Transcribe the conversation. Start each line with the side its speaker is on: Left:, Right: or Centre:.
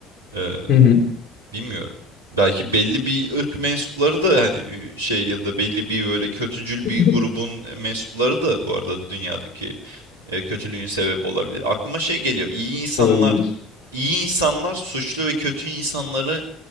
Right: Ee,
Left: Hı hı.
Right: bilmiyorum. Belki belli bir ırk mensupları da hani şey ya da belli bir böyle kötücül
Left: <laughs>
Right: bir grubun mensupları da bu arada dünyadaki e, kötülüğün sebebi olabilir. Aklıma şey geliyor. İyi insanlar,
Left: Olabilir.
Right: iyi insanlar suçlu ve kötü insanları